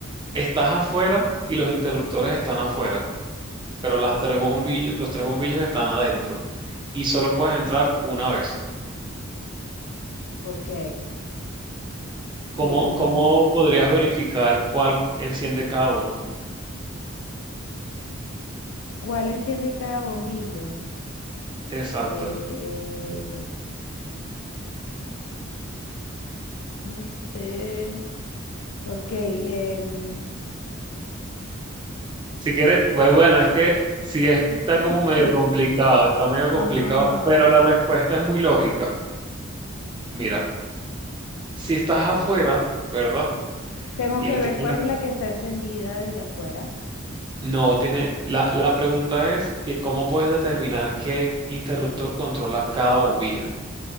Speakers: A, on the right; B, on the left.
A: Estás afuera y los interruptores están afuera, pero las tres bombillos, los tres bombillos están adentro y solo puedes entrar una vez.
B: Ok.
A: ¿Cómo,
B: Eh,
A: cómo podrías verificar cuál enciende cada uno?
B: ¿cuál enciende cada bombillo?
A: Exacto.
B: Eh, no sé. Ok, em,
A: Si quieres, pues bueno, es que sí está
B: está
A: como
B: difícil.
A: medio complicado, está medio complicado,
B: Ajá,
A: pero la respuesta es muy lógica. Mira. si estás
B: ok.
A: afuera, ¿verdad?
B: Tengo
A: Y
B: que
A: le
B: ver
A: tienen
B: cuál
A: la-
B: es la que está encendida desde afuera.
A: No, tiene... La, la pregunta es que cómo puedes determinar qué interruptor controla cada bombilla.